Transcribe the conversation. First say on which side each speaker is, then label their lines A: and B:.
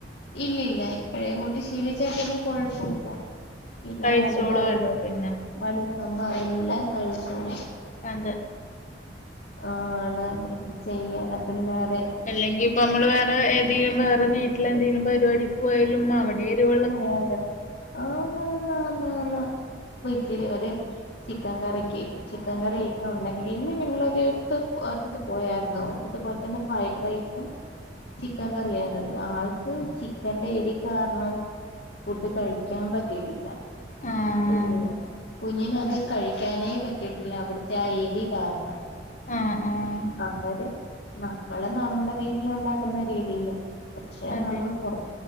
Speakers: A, on the left; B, on the left.
A: ഇല്ലില്ല ഇപ്പോഴേ കൂട്ടി ശീലിച്ചാൽ പിന്നെ കൊഴപ്പല്ല പിന്നെ
B: കഴിച്ചോളുവല്ലോ
A: വലുതാവും
B: പിന്നെ
A: വലുതാവുമ്പ അതെല്ലാം കഴിച്ചോളും
B: അതെ
A: ആഹ് ആണ് എന്ത് ചെയ്യാന പിള്ളോരേ
B: അല്ലെങ്കി ഇപ്പ നമ്മള് വേറെ ഏതേലും വേറെ വീട്ടിലെന്തെങ്കിലും പരിപാടിക്ക് പോയാലും അവിടെ എരുവു
A: പോയാലും ആന്നാന്നാന്ന് പോയിച്ചിരി ഒരു ചിക്കൻ കറിക്ക് ചിക്കൻ കറിയൊക്കെ ഉണ്ടെങ്കിൽ ഇന്ന് ഞങ്ങളൊരു ഒരിടത്ത് ഒരിടത്ത് പോയായിരുന്നു ഒരിടത്ത് പോയ പിന്നെ ഫ്രൈഡ് റൈസും ചിക്കൻ കറിയാണ് ആൾക്ക് ചിക്കന്റെ എരി കാരണം ഫുഡ് കഴിക്കാൻ പറ്റീട്ടില്ല
B: ആഹ്
A: കുഞ്ഞിന് കുഞ്ഞിന് അത് കഴിക്കാനേ പറ്റിയിട്ടില്ല അവിട്ത്തെ ആ എരി കാരണം
B: ആഹ് ആഹ്
A: അവര് നമ്മള് നമ്മുടെ വീട്ടില് ഉണ്ടാക്കുന്ന രീതിയില് പക്ഷെ
B: അതെ
A: നമ്മള് പൊർ